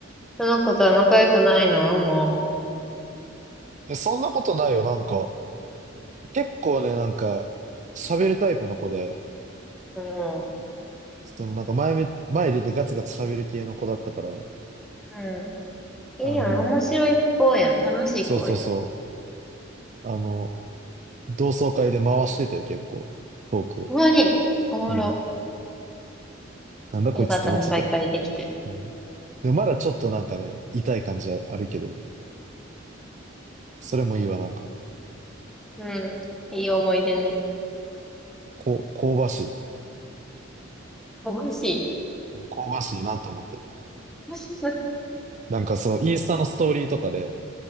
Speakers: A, in the centre; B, on the right.
A: その子とは仲良くないのも
B: え、そんなことないよ。なんか、結構ね、なんか、喋るタイプの子で、
A: う。も
B: そのなんか前め、前出てガツガツ喋る系の子だったから、
A: う。うん。
B: あの、
A: いいやん。面白い子やん。楽しい子やん。
B: そうそうそう。あの、同窓会で回してたよ、結構。トークを。
A: ほんまに、おもろ。
B: うん。なんだこいつって思ってたけどな。
A: よかったね、再会できて。
B: うん。でもまだちょっとなんかね、痛い感じあるけど、それもいいわ、なんか。
A: うん。いい思い出ね。
B: こう、香ばしい。
A: 楽しい。
B: うん香ばしいなって思ってる。
A: <laughs>
B: なんかそのインスタのストーリーとかで、